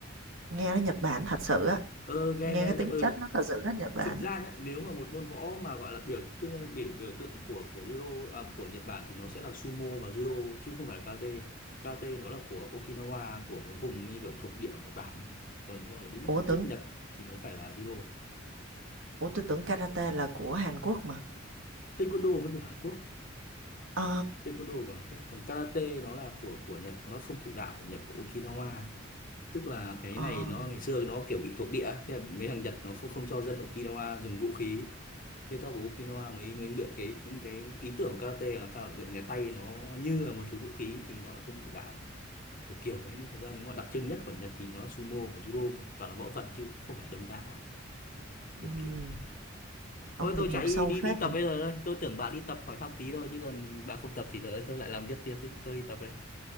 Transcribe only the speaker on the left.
ơ nghe
nghe
nó
chậm ừ
thực ra nhá, nếu mà một môn võ mà gọi là biểu tượng biểu biểu tượng của của judo à, của Nhật Bản thì nó sẽ là sumo và judo chứ không phải là karate karate nó là của Okinawa của cái vùng như kiểu thuộc địa ở Nhật Bản ấy. còn đúng mà đúng
là
chất Nhật thì nó phải là judo
taekwondo mới của Hàn Quốc
taekwondo của Hàn Quốc còn karate nó là của của Nhật nó là không thủ đạo của Nhật của Okinawa tức là cái
này nó ngày xưa nó kiểu bị thuộc địa thế là mấy thằng Nhật nó không không cho dân Okinawa dùng vũ khí Thế các bố Kinoa mới mới luyện cái cái ý tưởng karate làm sao để luyện cái tay nó như là một thứ vũ khí thì gọi là không thủ đạo kiểu kiểu đấy nên thực ra nếu mà đặc trưng nhất của Nhật thì nó sumo và judo cơ. toàn là võ thuật chứ không phải đấm đá kiểu
kiểu đấy.
Thôi
tôi
chạy đi
đi
đi tập
bây giờ đây tôi tưởng bà đi tập hỏi thăm tí thôi chứ còn bà không tập thì đợi tôi lại làm việc tiếp đi tôi đi tập đây